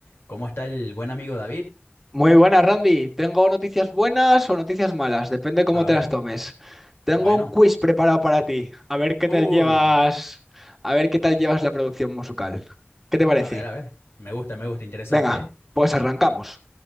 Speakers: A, on the left; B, in the centre.
A: ¿Cómo está el buen amigo David?
B: Muy buenas, Randy. Tengo noticias buenas o noticias malas, depende cómo
A: A
B: te
A: ver,
B: las tomes. Tengo
A: bueno.
B: un quiz preparado para ti. A ver qué
A: Uy,
B: tal llevas, a ver qué tal llevas la producción musical. ¿Qué te parece?
A: a ver, a ver. Me gusta, me gusta, interesante,
B: Venga,
A: ¿eh?
B: pues arrancamos.